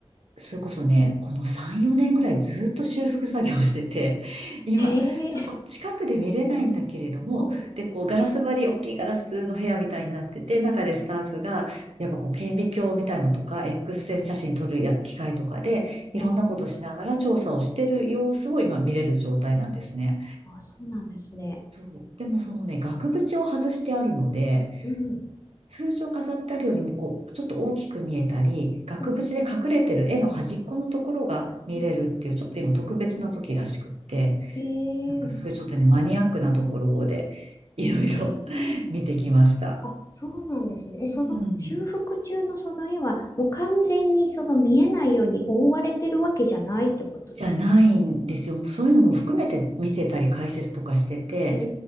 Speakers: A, on the right; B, on the left.
A: それこそね、この3、4年ぐらいずっと修復作業してて、<laughs> 今、
B: ええ
A: ちょっと近くで見れないんだけれども、
B: はい。
A: で、こう、ガラス張り、大きいガラスの部屋みたいになってて、中でスタッフが、やっぱこう、顕微鏡みたいのとか、X 線写真撮るや機械とかで、
B: あ
A: いろんなことしながら調査をしてる様子を今見れる状態なんですね。
B: あ、そうなんですね。
A: そう。でもそのね、額縁を外してあるので、
B: うん。
A: 通常飾ってあるよりも、こう、ちょっと大きく見えたり、額縁で隠れてる絵の端っこのところが見れるっていう、
B: うん。うん
A: ちょっと今特別な時らしくって、
B: え
A: なんかそういうちょっとね、
B: えー、面白い。
A: マニアックなところで、いろいろ
B: ええ
A: <laughs> 見てきました。
B: あ、そうなんですね。え、その修復中のその絵は、
A: うん。
B: もう完全にその見えないように覆われてるわけじゃないってことですか。
A: じゃないんですよ。もうそういうのも含めて見せたり解説とかしてて、
B: ええ